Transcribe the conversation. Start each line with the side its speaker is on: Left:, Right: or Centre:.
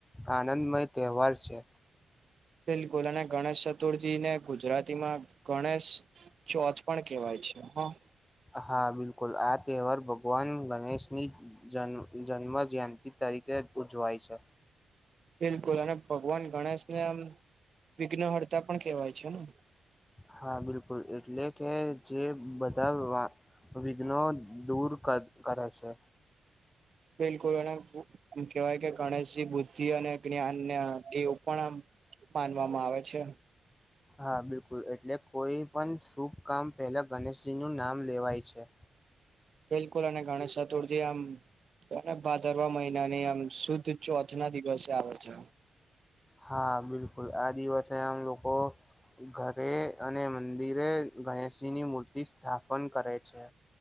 Left: આનંદમય તહેવાર છે.
Right: બિલકુલ અને ગણેશ ચતુર્થીને ગુજરાતી માં ગણેશ ચોથ પણ કેવાય છે હા
Left: હા બિલકુલ આ તહેવાર ભગવાન ગણેશની જન્મ જયંતિ તરીકે ઉજવાય છે.
Right: બિલકુલ અને ભગવાન ગણેશને આમ વિઘ્નહર્તા પણ કેહેવાય છે ને
Left: હા બિલકુલ એટલે કે જે બધા વિઘ્નો દૂર કરે છે.
Right: બિલકુલ એમ કહેવાય કે ગણેશજી બુધ્ધી અને જ્ઞાન ના દેવ પણ માનવામાં આવે છે.
Left: હા બિલકુલ એટલે કોઈ પણ શુભકામ પહેલા ગણેશજીનું નામ લેવાય છે.
Right: બિલકુલ અને ગણેશ ચતુર્થી આમ ભાદરવા મહિનાની આમ શુદ્ધ ચોથ ના દિવસે આવે છે.
Left: હા બિલકુલ આ દિવાસે આમ લોકો ઘરે અને મંદિરે ગણેશજીની મૂર્તિ સ્થાપન કરે છે.